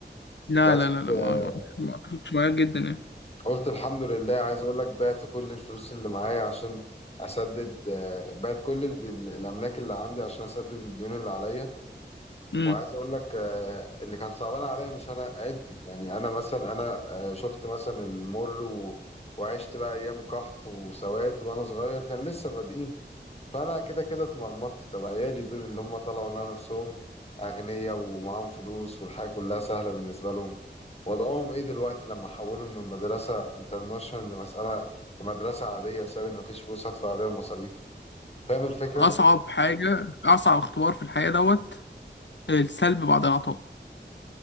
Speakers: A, on the left; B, on the left.
A: لا
B: بس
A: لا لا لا
B: آه،
A: ما ما ما اتفقش معاك جدا يعني
B: قلت الحمد لله عايز اقول لك بعت كل الفلوس اللي معايا عشان اسدد آه، بعت كل ال- الاملاك اللي عندي عشان اسدد الديون اللي عليا
A: امم
B: وعايز اقول لك آه، اللي كان صعبان عليا مش انا عيلتي يعني انا مثلا انا آه، شفت مثلا المر و... وعشت بقى ايام قحط وسواد وانا صغير كان لسه بادئين فانا كده كده اتمرمطت طب عيالي دول اللي هم طلعوا لنا نفسهم اغنياء ومعاهم فلوس والحياه كلها سهله بالنسبه لهم وضعهم ايه دلوقتي لما حولهم من مدرسه انترناشونال لمساله لمدرسه عاديه بسبب ان مفيش فلوس هدفع بيها المصاريف فاهم الفكره
A: اصعب حاجه اصعب اختبار في الحياه دوت السلب بعد العطاء